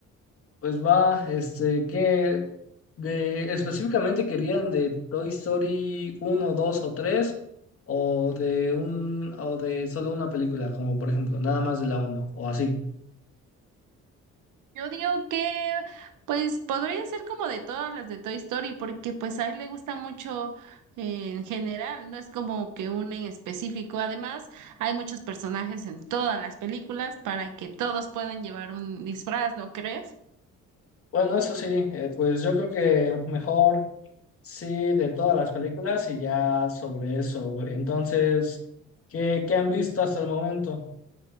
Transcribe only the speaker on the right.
Yo digo que, pues podría ser como de todas las de Toy Story, porque pues a él le gusta mucho eh, en general, no es como que una en específico. Además, hay muchos personajes en todas las películas para que todos puedan llevar un disfraz, ¿no crees?